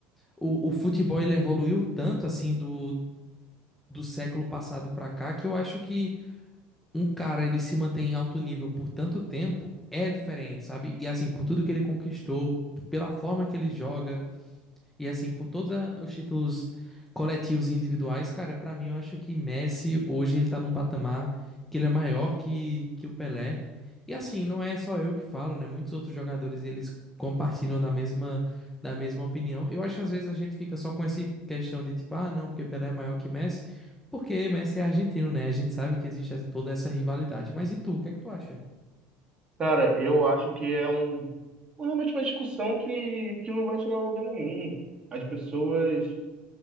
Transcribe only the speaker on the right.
Cara, eu acho que é um um, realmente uma discussão que, que não vai chegar a lugar nenhum. As pessoas